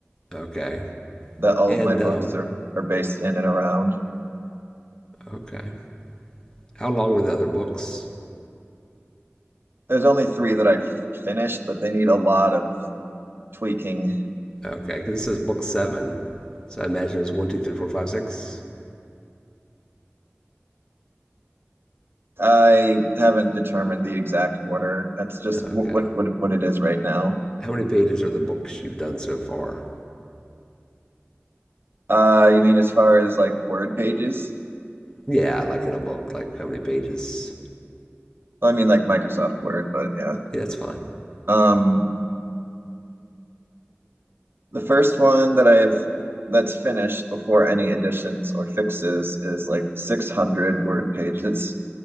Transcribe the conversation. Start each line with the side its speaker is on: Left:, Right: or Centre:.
Left: okay.
Right: that all
Left: And,
Right: of my books
Left: um,
Right: are, are based in and around.
Left: okay. How long were the other books?
Right: There's only three that I finished, but they need a lot of tweaking.
Left: Okay, because this is book seven. So I imagine there's one, two, three, four, five, six.
Right: I haven't determined the exact order. That's just
Left: Okay.
Right: what what what, it is right now.
Left: How many pages are the books you've done so far?
Right: Uh, you mean as far as like Word pages?
Left: Yeah, like in a book, like how many pages?
Right: Well, I mean like Microsoft Word, but yeah.
Left: Yeah, that's fine.
Right: Um, the first one that I've that's finished before any additions or fixes is like 600 word pages.